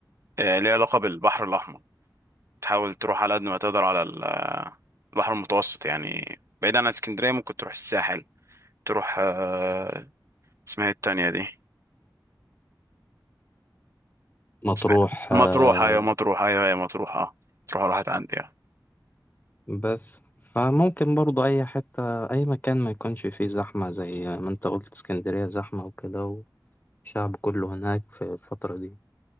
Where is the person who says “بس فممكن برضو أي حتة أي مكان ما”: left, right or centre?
Left